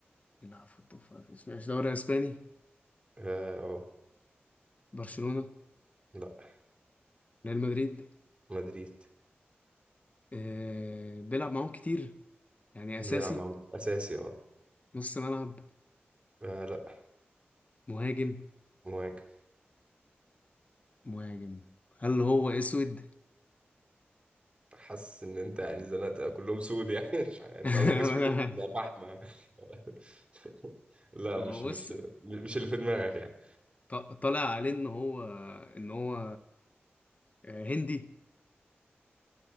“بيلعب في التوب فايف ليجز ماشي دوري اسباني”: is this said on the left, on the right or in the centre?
Left